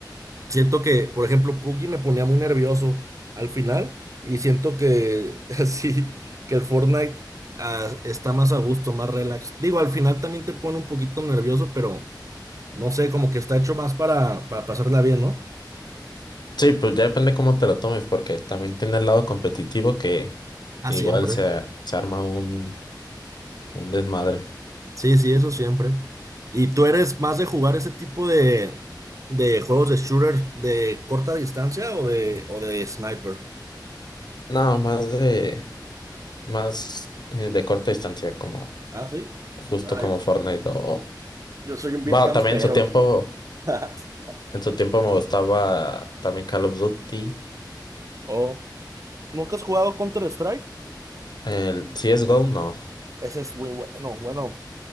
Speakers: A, on the right; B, on the left.
A: Siento que, por ejemplo, PUBG me ponía muy nervioso al final y siento que <laughs> así, que el Fortnite ah, está más a gusto, más relax. Digo, al final también te pone un poquito nervioso, pero no sé, como que está hecho más para, para pasarla bien, ¿no?
B: Sí, pues ya depende cómo te lo tomes, porque también tiene el lado competitivo que
A: Ah,
B: igual
A: siempre.
B: se, se arma un, un desmadre.
A: Sí, sí, eso siempre. ¿Y tú eres más de jugar ese tipo de, de juegos de shooter de corta distancia o de, o de sniper?
B: No, más de, más eh, de corta distancia, como
A: Ah, sí.
B: justo
A: Ay,
B: como Fortnite o...
A: yo soy un
B: Bueno,
A: vil campero.
B: también en su tiempo,
A: <laughs>
B: en su tiempo me gustaba también Call of Duty.
A: Oh. ¿Nunca has jugado Counter-Strike?
B: El CSGO, no.
A: Ese es muy bueno, bueno,